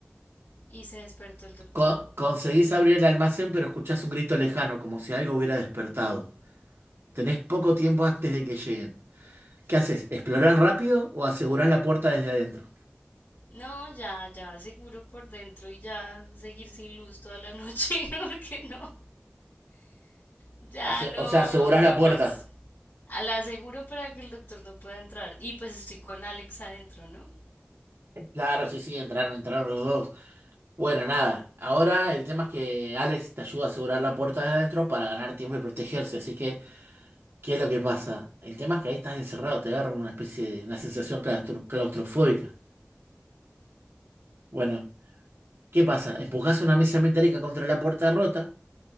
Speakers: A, on the left; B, on the right.
A: y se despertó el doctor.
B: Con- conseguís abrir el almacén, pero escuchás un grito lejano, como si algo hubiera despertado. Tenés poco tiempo antes de que lleguen. ¿Qué haces? ¿Explorás rápido o asegurás la puerta desde adentro?
A: No, ya, ya, seguro por dentro y ya seguir sin luz toda la noche, <laughs> porque no, ya
B: Ase-
A: no,
B: o sea, asegurás
A: no
B: la puerta.
A: más. A La aseguro para que el doctor no pueda entrar. Y pues estoy con Alex adentro, ¿no?
B: Claro, sí, sí, entraron, entraron los dos. Bueno, nada. Ahora el tema es que Alex te ayuda a asegurar la puerta de adentro para ganar tiempo y protegerse. Así que, ¿qué es lo que pasa? El tema es que ahí estás encerrado, te agarra una especie de una sensación claustro- claustrofóbica. Bueno, ¿qué pasa? Empujás una mesa metálica contra la puerta rota.